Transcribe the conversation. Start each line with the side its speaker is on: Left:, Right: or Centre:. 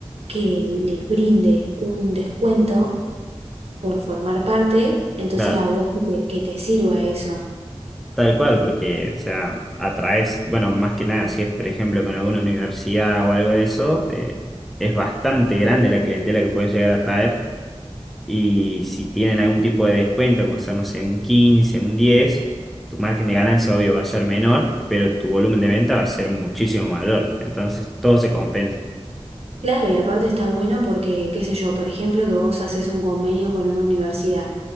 Right: que les brinde un descuento por formar parte, entonces
Centre: Claro,
Right: a vos que te, que te sirva eso.
Centre: tal cual, porque, o sea, atraes, bueno, más que nada, si es, por ejemplo, con alguna universidad o algo de eso, eh, es bastante grande la clientela que puedes llegar a traer. Y si tienen algún tipo de descuento, como ser, no sé, un 15, un 10, tu margen de ganancia, obvio, va a ser menor, pero tu volumen de venta va a ser muchísimo mayor. Entonces, todo se compensa.
Right: Claro, y aparte está bueno porque, qué sé yo, por ejemplo, que vos haces un convenio con una universidad